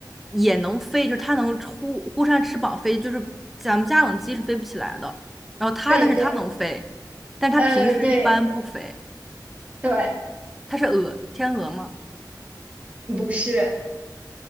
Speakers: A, in the centre; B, on the right (about 20°).
A: 也能飞，就是它能忽忽扇翅膀飞，就是咱们家养的鸡是飞不起来的。然后它，
B: 对对，
A: 但是它能飞，但它平时一般不飞，
B: 呃，对对，
A: 它是鹅，天鹅吗？
B: 不是